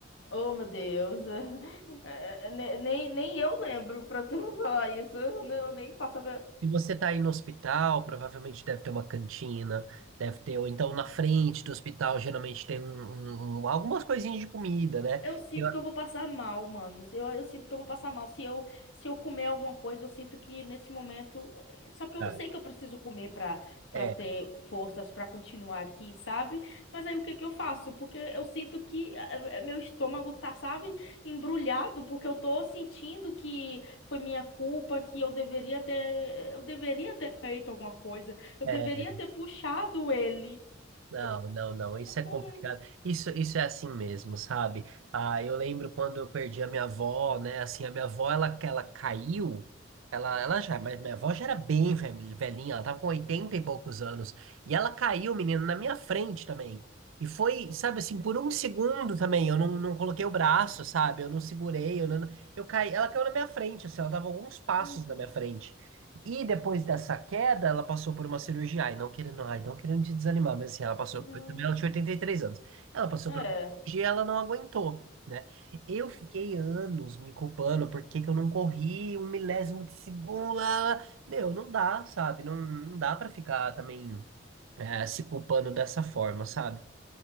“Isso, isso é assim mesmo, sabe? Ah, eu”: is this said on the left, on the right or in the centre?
Right